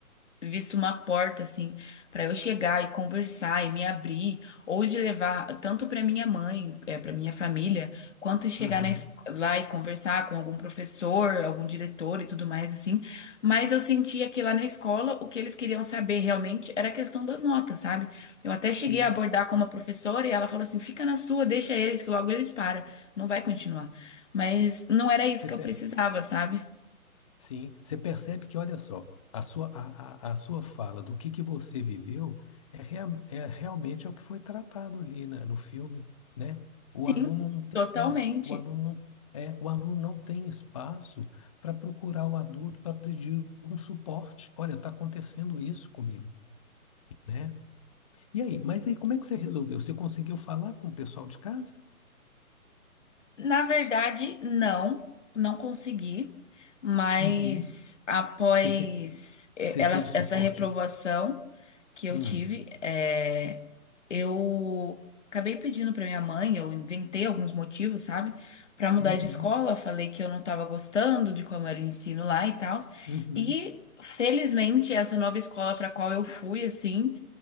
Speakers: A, on the left (about 55°); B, on the left (about 25°).
A: visto uma porta assim para eu chegar e conversar e me abrir, ou de levar tanto para minha mãe, é, para minha família, quanto chegar
B: aham,
A: na es- lá e conversar com algum professor, algum diretor e tudo mais assim. Mas eu sentia que lá na escola o que eles queriam saber realmente era a questão das notas, sabe? Eu até cheguei
B: sim.
A: a abordar com uma professora e ela falou assim: "Fica na sua, deixa eles que logo eles param, não vai continuar". Mas não era isso
B: Você
A: que
B: pe-
A: eu precisava, sabe?
B: Sim, você percebe que, olha só, a sua, a, a, a sua fala do que, que você viveu é, rea- é realmente é o que foi tratado ali na- no filme, né? O
A: Sim,
B: aluno não tem,
A: totalmente.
B: es- o aluno não, é, o aluno não tem espaço para procurar o adulto para pedir um suporte. Olha, está acontecendo isso comigo, né? E aí, mas aí como é que você resolveu? Você conseguiu falar com o pessoal de casa?
A: Na verdade, não, não consegui, mas
B: Uhum.
A: após
B: Você, te,
A: eh,
B: você
A: ela-
B: teve suporte?
A: essa reprovação que eu
B: Hum.
A: tive, eh, eu acabei pedindo para minha mãe, eu inventei alguns motivos, sabe, para mudar
B: Uhum.
A: de escola, falei que eu não estava gostando de como era o ensino lá e tal,
B: Uhum.
A: e felizmente essa nova escola para qual eu fui, assim